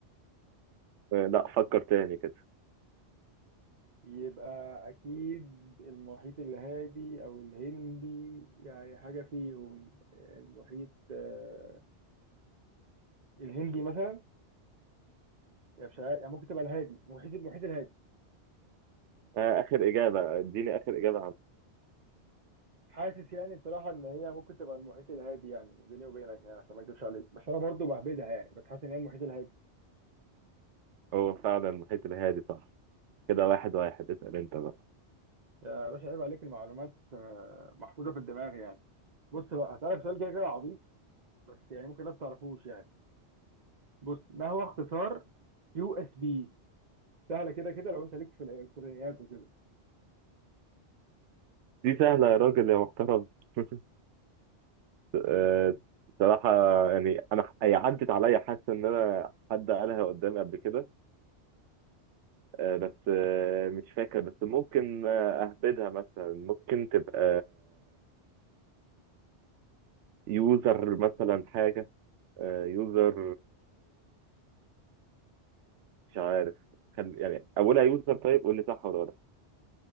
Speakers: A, on the right; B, on the right.
A: لا فكر تاني كده
B: يبقى أكيد المحيط الهادي أو الهندي يعني حاجة فيهم المحيط آه، الهندي مثلا يعني مش عارف- يعني ممكن تبقى الهادي محيط المحيط الهادي
A: آه، آخر إجابة اديني آخر إجابة عن
B: حاسس يعني بصراحة إن هي ممكن تبقى المحيط الهادي يعني بيني وبينك يعني عشان ما أكدبش عليك بس أنا برضو بهبدها يعني بس حاسس إن هي المحيط الهادي
A: هو فعلا المحيط الهادي صح كده واحد واحد اسأل أنت بقى
B: يا باشا عيب عليك المعلومات آه، محفوظة في الدماغ يعني بص بقى هسألك سؤال كده كده عبيط بس يعني ممكن الناس تعرفوش يعني بص ما هو اختصار يو اس بي سهله كده كده لو انت ليك في الالكترونيات وكده
A: دي سهلة يا راجل يا محترم <laughs> آه، بصراحة يعني أنا هي عدت عليا حاسس إن أنا حد قالها قدامي قبل كده آه، بس آه، مش فاكر بس ممكن آه، أهبدها مثلا ممكن تبقى يوزر مثلا حاجة يوزر مش عارف خل... يعني أولها يوزر طيب قول لي صح ولا غلط.